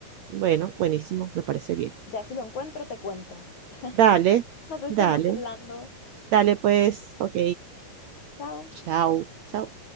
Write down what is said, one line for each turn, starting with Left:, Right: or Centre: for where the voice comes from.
Right: bueno, buenísimo, me parece bien.
Left: Ya si lo encuentro, te cuento. <laughs>
Right: Dale,
Left: Nos estamos
Right: dale,
Left: hablando.
Right: dale pues, ok,
Left: Chao.
Right: chao, chao.